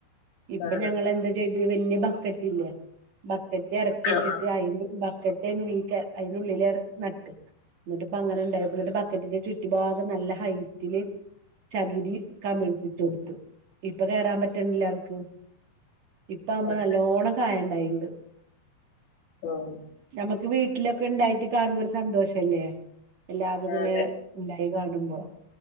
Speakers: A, on the right; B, on the left.
A: ഇപ്പൊ
B: ആണോ
A: ഞങ്ങ എന്താ ചെയ്ത് വല്യ ബക്കറ്റി ല്ലേ ബക്കറ്റ് ഇറക്കി വെച്ചിട്ട്
B: ആഹ്
A: അതി ബക്കറ്റ് അതിന്റെ ഉള്ളിൽ നട്ട് എന്നിട്ടിപ്പ അങ്ങനെ ഉണ്ടായി നമ്മളൊരു ബക്കറ്റിന്റെ ചുറ്റി ഭാഗം നല്ല ഹൈറ്റില് ചകിരി കമിഴ്ത്തിട്ടുകൊടുത്ത് ഇപ്പൊ കേറാൻ പറ്റണില്ല അവർക്ക് ഇപ്പ ആവുമ്പം
B: ആഹ്
A: നല്ലോണം കായുണ്ടായിണ്ട്
B: ആഹ്
A: നമുക്ക് വീട്ടിലൊക്കെ ഉണ്ടായിട്ട് കാണുമ്പോ ഒരു സന്തോഷല്ലേ <unintelligible>
B: അതെ
A: ഉണ്ടായി കാണുമ്പോ